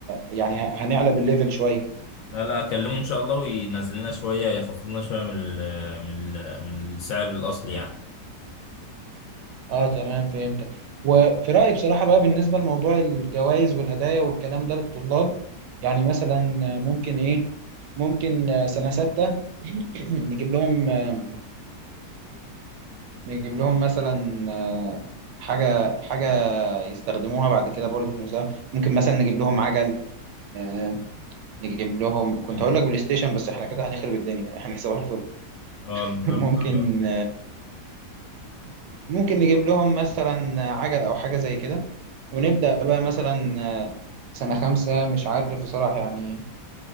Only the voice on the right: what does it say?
يعني ه- هنعلى الليفل شويه
اه تمام فهمتك وفي رايي بصراحه بقى بالنسبه لموضوع الجوائز والهدايا والكلام ده للطلاب يعني مثلا ممكن ايه ممكن آه، سنه سته <clears throat> نجيب لهم آه، نجيب لهم مثلا آه، حاجه حاجه يستخدموها بعد كده برضه في المستقبل ممكن مثلا نجيب لهم عجل آه، نجيب لهم كنت
هقول لك بلاي ستيشن بس احنا كده هنخرب الدنيا احنا صباح الفل
<laughs> ممكن
ممكن نجيب لهم مثلا عجل او حاجة زي كده ونبدأ بقى مثلا سنة خمسة مش عارف بصراحة يعني